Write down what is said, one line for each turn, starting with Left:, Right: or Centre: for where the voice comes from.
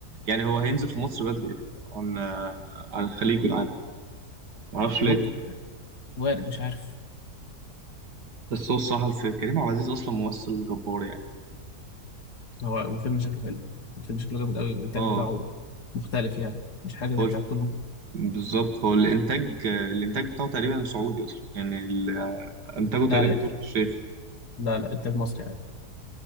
Right: يعني هو هينزل في مصر بدري عن على الخليج والعالم معرفش
Left: ممكن
Right: ليه
Left: وارد مش عارف
Right: بس هو الصراحة الف... كريم عبد العزيز أصلا ممثل جبار يعني
Left: هو وفيلم شكله حلو الفيلم شكله جامد قوي والانتاج
Right: اه
Left: بتاعه مختلف يعني مش حاجه زي
Right: قول
Left: بتاع كل
Right: بالظبط هو الانتاج الانتاج بتاعه تقريبا سعودي اصلا يعني ال- انتاجه
Left: لا
Right: تقريبا
Left: لا انتاج
Right: تركي الشيخ
Left: لا لا انتاج مصري عادي